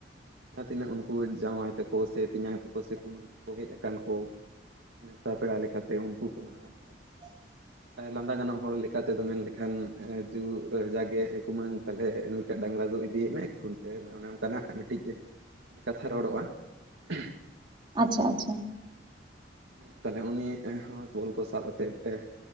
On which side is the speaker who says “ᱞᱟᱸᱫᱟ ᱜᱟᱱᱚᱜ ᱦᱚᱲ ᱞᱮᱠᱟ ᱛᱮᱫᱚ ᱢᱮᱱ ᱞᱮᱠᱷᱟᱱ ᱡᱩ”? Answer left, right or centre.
Right